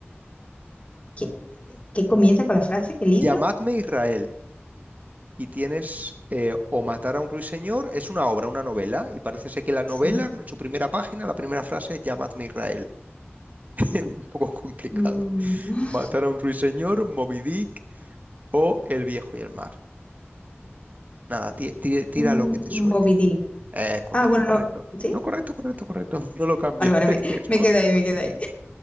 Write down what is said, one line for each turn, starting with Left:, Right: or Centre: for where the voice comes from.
Left: ¿Qué, qué comienza con la frase? ¿Qué libro?
Right: Llamadme Israel. Y tienes eh, o matar a un ruiseñor, es una obra, una novela, y parece ser que la novela,
Left: Sí.
Right: en su primera página, la primera frase es llamadme Israel. <laughs> Un poco complicado.
Left: Mm,
Right: Matar a un ruiseñor, Moby Dick o el viejo y el mar. Nada, ti- ti- tira,
Left: mm,
Right: lo que te suene.
Left: Moby Dick.
Right: Eh, correcto,
Left: Ah, bueno,
Right: correcto.
Left: no. ¿Sí?
Right: No, correcto, correcto, correcto. <laughs> No lo cambies.
Left: Vale, vale,
Right: <laughs>
Left: me,
Right: Es
Left: me
Right: correcto.
Left: quedé ahí, me quedé ahí.